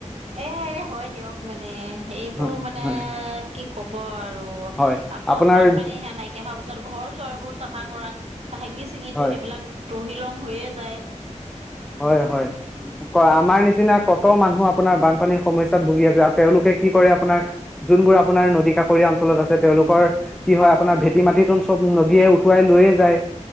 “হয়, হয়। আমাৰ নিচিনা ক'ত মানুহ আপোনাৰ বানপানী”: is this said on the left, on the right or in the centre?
Centre